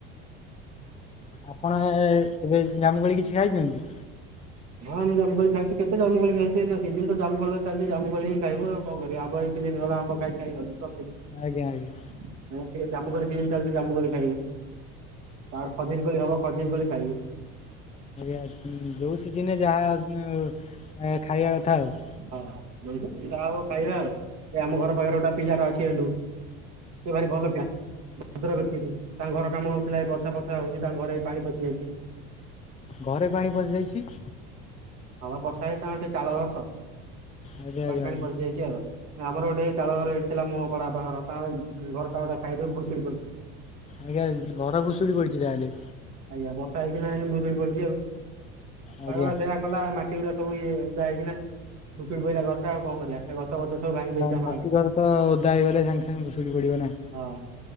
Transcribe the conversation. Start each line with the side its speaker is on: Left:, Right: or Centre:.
Left: ଆପଣ ଏ ଏବେ ଜାମୁକୋଳି କିଛି ଖାଇଛନ୍ତି।
Right: ହଁ ଆମେ ଜାମୁକୋଳି ଖାଇଛୁ କେତେ ଜାମୁକୋଳି ଖାଇଛୁ ଏ ନା ଦିଦିନ ତ ଜାମୁଲଳିରେ ଚାଲିଛି ଜାମୁକୋଳିି ଖାଇବୁ ଆଉ। କଣ କରିବ ଆମ୍ବ ଏଇ ସିଜିନ ଗଲା ଆମ୍ବ ଖାଇ ଖାଇ ଗଲୁ ରଖିଲି।
Left: ଆଜ୍ଞା ଆଜ୍ଞା।
Right: ଏଇନା ଟିକେ ଜାମୁକୋଳି ସୀଜନ ଚାଲିଛି ଜାମୁ କୋଳି ଖାଇବି। ଅଳ୍ପ ଦିନ ପରେ ହବ ଖଜୁରୀକୋଳି କୋଳି ଖାଇବୁ।
Left: ଆଜ୍ଞା ଯୋଉ ସିଜିନେ ରେ ଯାହା ଅ ଖାଇବା କଥା ଆଉ।
Right: ହଁ ଯାହା ହବ ଖାଇବା ଆଉ। ଆମ ଘର ପାଖରେ ଗୋଟା ପିଲାଟା ଅଛି ଏଣ୍ଡୁ। ସେ ଭାରି ଭଲ ପିଲା। ଭଦ୍ର ବ୍ୟକ୍ତି ତୁ। ତାଙ୍କ ଘର କାମ ହଉଥିଲା ଏ ବର୍ଷା ଫର୍ଷା ହଉଛି ତାଙ୍କ ଘରେ ଏଇ ପାଣି ପଶି ଯାଇଛି।
Left: ଘରେ ପାଣି ପଶି ଯାଇଛି।
Right: ଆମର ବର୍ଷା ହେଇଛି। ତାଙ୍କର ଟିକେ ଚାଳ ଘର ତ
Left: ଆଜ୍ଞା
Right: ପାଣି
Left: ଆଜ୍ଞା
Right: ଫାଣି ପଶି ଯାଇଛି ଆଉ। ଆମର ଗୋଟେ ଚାଳ ଘର ଏଇଠି ଥିଲା ମୋ ବଡାପା ଘର ତା ଘରଟା ଗୋଟା ସାଇଡରେ ଭୁଶୁଡି ପଡିଛି।
Left: ଆଜ୍ଞା। ଘର ଭୁଶୁଡି ପଡିଛି ତା ହେଲେ?
Right: ଆଜ୍ଞା। ବର୍ଷା ହେଇଛି ନା ଭୁଶୁଡି ପଡିଛି ଆଉ।
Left: ଆଜ୍ଞା।
Right: ପାଗଟା ତ ସେଇଆ। କଲା ମାଟି ଗୁରା ସବୁ ଇଏ ଓଦା ହେଇକିନା ଭୁଶୁଡି ପଇଲା ଘରଟା ଆଉ କଣ କରିବା? ସେ ଗଛ ଫଛ ସବୁ ଭାଙ୍ଗି ଦେଇଛି ଆମର
Left: ମାଟି
Right: ଆଡେ
Left: ଘର ତ ଓଦା ହେଇଗଲେ ସାଙ୍ଗେ ସାଙ୍ଗେ ଭୁଶୁଡି ପଡିବ ନା।
Right: ହଁ।